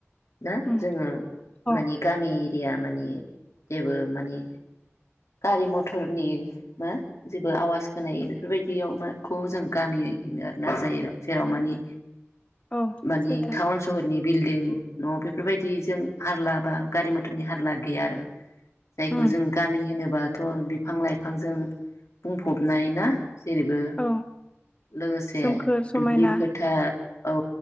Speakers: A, on the left; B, on the left.
A: ना
B: उम
A: जोङो
B: अ
A: मानि गामि एरिया मानि जेबो मानि गारि मथरनि मा जेबो आवाज खोनायो बेफोरबायदियाव मा खौ जों गामियै ओनो आरो ना जायो जेराव मानि
B: औ
A: मानि
B: सैथो
A: थाउन सहरनि बिल्डिं न' बेफोरबायदिजों हारला बा गारि मथरनि हारला गैया आरो जायखौ
B: उम
A: जों गामि होनोबा थ' बिफां लाइफांजों बुंफबनाय ना? जेरैबो
B: औ
A: लोगोसे
B: सोमखोर समायना
A: दुब्लि फोथार औ